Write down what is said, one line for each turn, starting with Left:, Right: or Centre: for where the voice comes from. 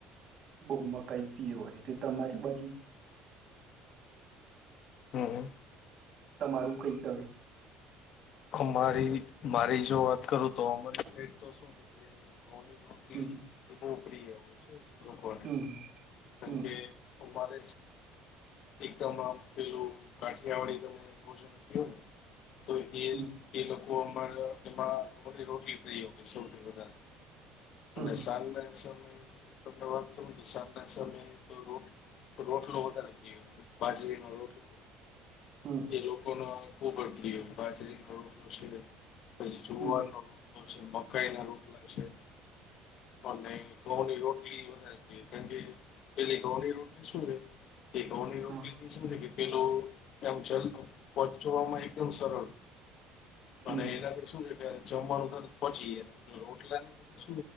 Right: બહુ મકાઈ પીયો હોય એટ તમારી બાજુ
Left: હમ
Right: તમારું કઈ કવે.
Left: અમારી મારી જો વાત કરું તો અમારી સડ તો શું છે. કો
Right: હમ
Left: એવું. પ્રિય હોય છે. લોકોને
Right: હમ
Left: કારમ
Right: હમ
Left: કે અમારે એકમ આમ પેલું ગાઠિયા વાળી તમે ભોજન થયું ને તો એ
Right: હમ
Left: એ લોકો અ એમાં ર રોટલી પ્ર સૌથી વધારે
Right: હમ
Left: અને સાંગને સ તમને વાત કરું નિશાન ના સમયે તો રોટ રોટલો વધારે ગ બાજરીનો રોટલો હોય
Right: હમ
Left: એ લોકોનો બ બડતી બાજરીનો રોટલો છે. પછ જોવાનો
Right: હમ હમ
Left: ર છે મકાઈ ના રોટલા છે અને ઘઉ ની રોટલી વધારે કારણ કે પેલી ઘઉ ની રોટલી શું છે? <unintelligible>
Right: હા
Left: પેલો તેમ છે પ જોવામાં એકદમ સરળ
Right: હમ
Left: અને એનાથી શું જમવાનું તો પહચી જ રટલા બધું